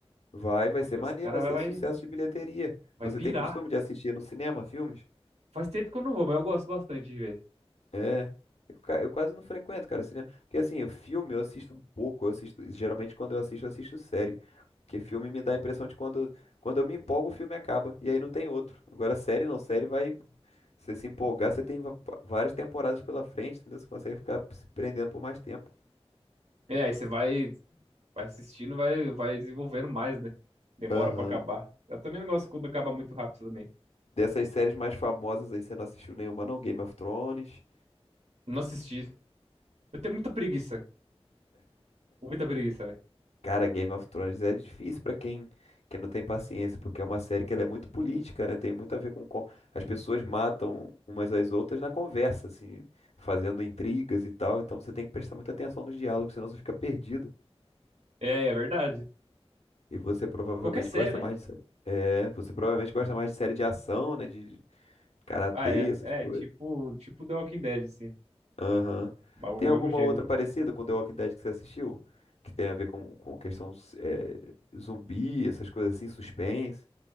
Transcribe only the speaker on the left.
Vai, vai ser
maneiro,
vai
ser
sucesso de bilheteria.
Você
tem costume de assistir no cinema filmes?
É. Eu, ca- eu quase não frequento, cara, cinema. Porque assim, o filme eu assisto pouco. Eu assisto, geralmente quando eu assisto, eu assisto série. Porque filme me dá a impressão de quando, quando eu me empolgo, o filme acaba. E aí não tem outro. Agora, série não, série vai. Você se empolgar, você tem va- va- várias temporadas pela frente, entendeu? Você consegue ficar se prendendo por mais tempo.
Aham.
Dessas séries mais famosas aí, você não assistiu nenhuma, não? Game of Thrones.
Cara, Game of Thrones é difícil pra quem, quem não tem paciência, porque é uma série que ela é muito política, né? Tem muito a ver com, com... As pessoas matam umas às outras na conversa, assim, fazendo intrigas e tal. Então você tem que prestar muita atenção nos diálogos, senão você fica perdido.
E você provavelmente
gosta
mais de série. É, você provavelmente gosta mais de série de ação, né? De de karatê,
essas
coisas.
Aham.
Tem
alguma
outra parecida com The Walking Dead que você assistiu? Que tem a ver com, com questão é, zumbi, essas coisas assim, suspense?